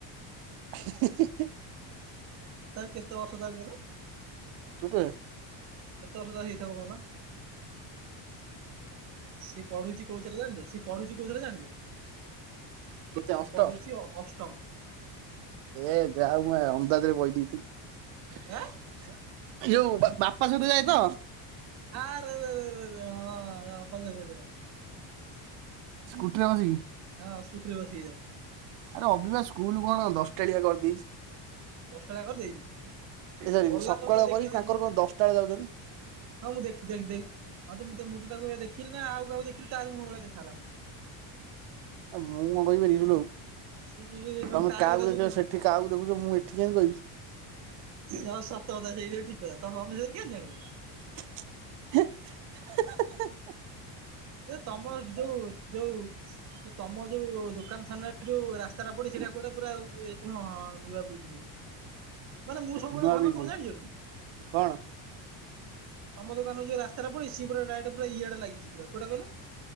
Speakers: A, on the right; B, on the right.
A: ହେ ହେ ହେ।
B: ତାର କେତେ ବର୍ଷ ତାର କହିଲ?
A: <unintelligible>
B: କେତେ ବର୍ଷ ତାକୁ ହେଇଥିବ କହ ତ ସି ପଢୁଛି କଉ ଥିରେ ଜାଣିଛ? ସିଏ ପଢୁଛି କଉ ଥିରେ ଜାଣିଛ?
A: କେତେ
B: ସିଏ
A: ଅଷ୍ଟ
B: ପଢୁଛି ଅଷ୍ଟମ।
A: ଏ ଯାହାହଉ ମୁଁ ଅନ୍ଦାଜ଼ ରେ କହି ଦେଇଥିଲି।
B: ଆଁ
A: ଯୋଉ ବାପା ସହିତ ଯାଏ ତ।
B: ଆରେ ରେ ରେ ହଁ ତା ବାପା ସହିତ ଯାଏ।
A: ସ୍କୁଟି ରେ ବସିକି।
B: ହଁ ସ୍କୁଟିରେ ବସିକି ଯାଏ।
A: ଆରେ ଅବିବା ସ୍କୁଲ କଣ ଦଶଟାଳିଆ କରିଦେଇଛି?
B: ଦଶଟାଳିଆ କରିଦେଇଛି
A: ଏ
B: ଆଉ
A: ସରି
B: ଗଲା
A: ସକାଳ
B: ତମକୁ ଦେଖି
A: କରି ତାଙ୍କର କଣ ଦଶଟା ବେଳେ ଯାଉଛନ୍ତି
B: ହଉ ମୁଁ ଦେଖ ଦେଖି ଦେଖି ଆଉ ତ ମୁଁ ତ ମୁଁ ତ ତାକୁ ଦେଖିଲି ନା ଆଉ କାହା ଦେଖିଲି ତାରି ମୁହଁ ଭଳିଆ ଦେଖାଗଲା ମ।
A: ଆ ମୁଁ କଣ କହିବି ଦେଇଥିଲୁ ଆଉ
B: ସେ
A: ତମେ
B: ତାରି
A: କାହାକୁ
B: କଥା
A: ଦେଖିଲ ସେଠ କାହାକୁ ଦେଖୁଚ ମୁଁ ଏଠି କେମିତି କହିବି?
B: ହଁ ସତ କଥା ସେଇଟାବି ଠିକ୍ କଥା ତ ମମି ନହିନି କେମିତି ଜାଣିବ?
A: <unintelligible>
B: ଏ ତମ ଯଉ ଯୋଉ ତମ ଯୋଉ ଦୋକାନ ସାମ୍ନାରେ ଯୋଉ ରାସ୍ତାଟା ପଡିଛି ସେଇଟା କୁଆଡେ ପୁରା ଆଉ ହଁ ହଁ ନୂଆ ବ୍ରିଜ୍ <inaudible> ମାନେ ମୁଁ ସବୁବେଳେ
A: ନୂଆ
B: ଭାବେ
A: ବ୍ରିଜ
B: କଣ ଜାଣିଛିି କି?
A: କଣ?
B: ତମ ଦୋକାନରେ ଯୋଉ ରାସ୍ତାଟା ପଡିଛି ସେ ପୁରା ଡାଇରେକ୍ଟ ଇଆଡେ ଲାଗିଛି ପୁରା କୋଉଟା କହିଲ?